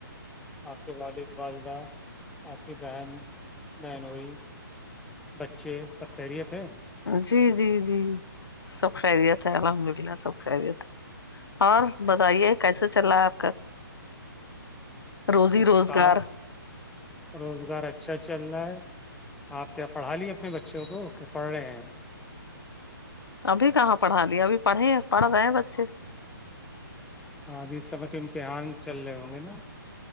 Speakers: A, in the centre; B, on the left.
A: آپ کے والد والدہ آپ کی بہن بہنوئ بچے سب خیریت ہے
B: جی جی جی سب خیریت ہے الحمد للہ سب خیریت ہے اور بتائیے کیسے چل رہا ہے آپ کا
A: <inaudible>
B: روزی روزگار
A: کام روزگار اچھا چل رہا ہے آپ کےابو پڑھا لے اپنے بچوں کو کہ پڑھ رہے ہیں
B: ابھی کہاں پڑھا لیا ابھی پڑھے ہیں پڑھ رہے ہیں بچے
A: ابھی سب بچے امتحان چل رہے ہوں گے نا